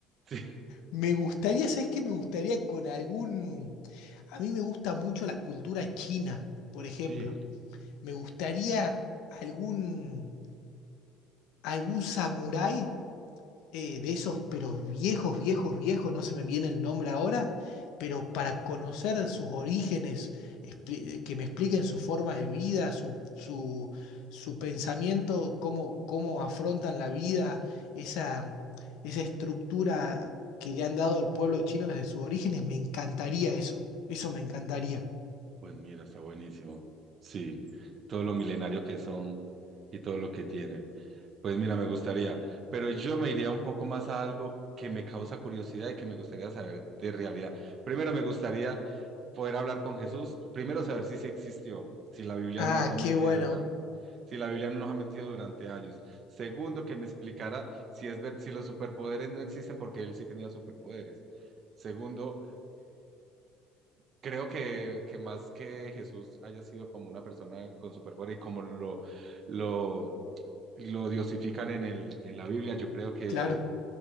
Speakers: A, on the right; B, on the left.
A: <laughs>
B: Me gustaría, ¿sabes qué? Me gustaría con algún... A mí me gusta mucho la cultura china, por ejemplo.
A: Sí, sí.
B: Me gustaría algún, algún samurái eh, de esos, pero viejos, viejos, viejos, no se me viene el nombre ahora, pero para conocer sus orígenes, expli- eh, que me expliquen su forma de vida, su, su, su pensamiento, cómo, cómo afrontan la vida, esa, esa estructura que le han dado al pueblo chino desde sus orígenes, me encantaría eso, eso me encantaría.
A: Pues mira, está buenísimo. Sí, todo lo milenario que son y todo lo que tienen. Pues mira, me gustaría, pero yo me iría un poco más a algo que me causa curiosidad y que me gustaría saber de realidad. Primero me gustaría poder hablar con Jesús, primero saber si sí existió, si la Biblia
B: Ah,
A: no nos ha mentido
B: qué bueno,
A: durante, si la Biblia no nos ha mentido durante años. Segundo, que me explicara si es ver si los superpoderes no existen porque él sí tenía superpoderes. Segundo, Creo que, que más que Jesús haya sido como una persona con superpoder y como lo, lo, lo diosifican en el, en la Biblia, yo creo que,
B: claro.